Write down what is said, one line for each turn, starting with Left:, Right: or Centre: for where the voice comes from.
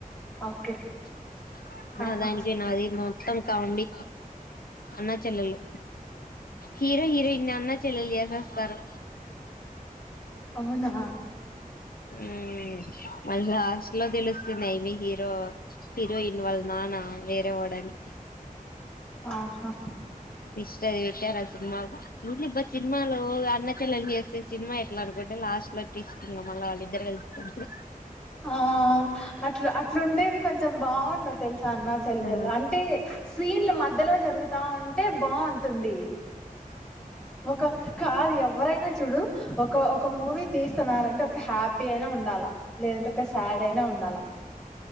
Centre: ఓకే
Left: <inaudible>
Centre: ఆహా
Left: అదా ఎనికి అది తంకా ఉండి అన్న చెల్లలు హీరో హీరోయిన్ని అన్న చెల్లెలు చేసేస్తారు
Centre: అవునా
Left: హ్ మల్ లాస్ట్లో తెలుస్తుంనయి మీ హీరో హీరోయిన్ వాల్ నాన్న వేరే ఒడని
Centre: ఆహా
Left: ఇష్టది ట్టారా సినిమాలు ఇ సినిమాలు అన్న చెల్లని చేస్త సినిమా ఎట్లా అడకుంటే లాస్ట్ లో తంగ మల్ళ వాళ్ళిద్దరిళ్ కు
Centre: ఆ అట్లా అట్లుండేవి కొంచెం బాగుండ తెలుసా అమా చెల్లెలో
Left: ఆ
Centre: అంటే సీన్ల మధ్య మధ్యలో జరుగుతా ఉంటే బాగుంటుంది ఒక కాదు ఎవరైనా చుడు ఒక ఒక మూవీ తీస్తున్నారంటే ఒక హ్యాపీ అయినా ఉండాల లేదంటే ఒక శాడ్ అయినా ఉండాలి